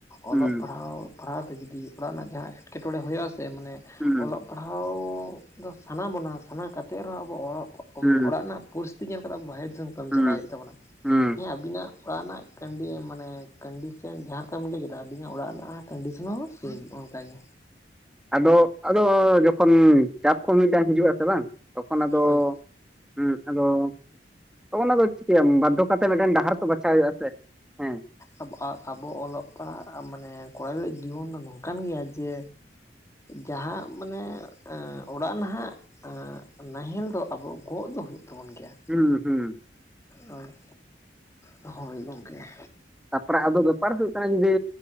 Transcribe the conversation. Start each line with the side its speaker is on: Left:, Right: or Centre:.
Centre: ᱦᱩᱸ
Left: ᱚᱞᱚᱜ ᱯᱟᱲᱦᱟᱣ ᱯᱟᱲᱦᱟᱣ ᱛᱮ ᱡᱩᱫᱤ ᱚᱲᱟᱜ ᱨᱮᱱᱟᱜ ᱡᱟᱦᱟᱸ ᱮᱴᱠᱮᱴᱚᱲᱮ ᱦᱩᱭᱩᱜ-ᱟ ᱥᱮ ᱢᱟᱱ
Centre: ᱦᱩᱸ
Left: ᱚᱞᱚᱜ ᱯᱟᱲᱦᱟᱣ ᱫᱚ ᱥᱟᱱᱟ ᱵᱚᱱᱟ᱾ ᱥᱟᱱᱟ ᱠᱟᱛᱮᱫ ᱨᱮᱦᱚᱸ ᱟᱵᱚ ᱚᱞᱚᱜ
Centre: ᱦᱩᱸ
Left: ᱢᱟᱱᱮ ᱚᱲᱟᱜ ᱨᱮᱱᱟᱜ ᱯᱚᱨᱤᱥᱛᱤᱛᱤ ᱧᱮᱞ ᱠᱟᱛᱮᱫ, ᱟᱵᱚ ᱵᱟᱦᱨᱮ ᱫᱤᱥᱚᱢ ᱠᱟᱹᱢᱤ
Centre: ᱦᱩᱸ
Left: ᱪᱟᱞᱟᱣ ᱦᱩᱭᱩᱜ ᱛᱟᱵᱚᱱᱟ᱾
Centre: ᱦᱩᱸ
Left: ᱟᱵᱤᱱᱟᱜ ᱚᱲᱟᱜ ᱨᱮᱱᱟᱜ <unintelligible> ᱢᱟᱱᱮ ᱥᱮ ᱡᱟᱦᱟᱸ ᱞᱮᱠᱟᱢ ᱞᱟᱹᱭ ᱠᱮᱫᱟ ᱟᱹᱞᱤᱧᱟᱜ ᱚᱲᱟᱜ ᱨᱮᱱᱟᱜ ᱠᱚᱱᱰᱤᱥᱚᱱ ᱦᱚᱸ ᱥᱮᱢ ᱚᱱᱠᱟ ᱜᱮ
Centre: ᱟᱫᱚ ᱟᱫᱚ ᱡᱚᱠᱷᱚᱱ ᱪᱟᱯ ᱠᱚ ᱢᱤᱫᱴᱟᱝ ᱦᱤᱡᱩᱜ-ᱟ ᱥᱮ ᱵᱟᱝ ᱛᱚᱠᱷᱚᱱ ᱟᱫᱚ
Left: ᱦᱳᱭ
Centre: ᱦᱮᱸ ᱟᱫᱚ ᱛᱚᱠᱷᱚᱱ ᱟᱫᱚ ᱪᱤᱠᱟᱹᱭᱟᱢ ᱵᱟᱫᱽᱫᱷᱚ ᱠᱟᱛᱮ ᱢᱤᱫᱴᱮᱱ ᱰᱟᱠ ᱰᱟᱦᱟᱨ ᱛᱚ ᱵᱟᱪᱷᱟᱣ ᱦᱩᱭᱩᱜ ᱟᱥᱮ ᱦᱮᱸ
Left: ᱟᱵᱚ ᱟᱜ ᱟᱵᱚ ᱚᱞᱚᱜ ᱯᱟᱲᱦᱟᱜ ᱢᱟᱱᱮ ᱠᱚᱲᱟ ᱜᱤᱫᱽᱨᱟᱹ ᱡᱤᱭᱵᱚᱱ ᱫᱚ ᱱᱚᱝᱠᱟ ᱠᱟᱱ ᱜᱮᱭᱟ ᱡᱮ ᱡᱟᱦᱟᱸ ᱢᱟᱱᱮ ᱚᱲᱟᱜ ᱱᱟᱦᱟᱜ ᱱᱟᱦᱮᱞ ᱫᱚ ᱟᱵᱚ ᱜᱚᱜ ᱫᱚ ᱦᱩᱭᱩᱜ ᱛᱟᱵᱚᱱ ᱜᱮᱭᱟ᱾
Centre: ᱦᱩᱸ ᱦᱩᱸ
Left: ᱦᱳᱭ ᱦᱳᱭ ᱜᱚᱝᱠᱮ
Centre: ᱛᱟᱯᱚᱨᱮ ᱟᱫᱚ ᱵᱮᱯᱟᱨ ᱦᱩᱭᱩᱜ ᱠᱟᱱᱟ, ᱡᱩᱫᱤ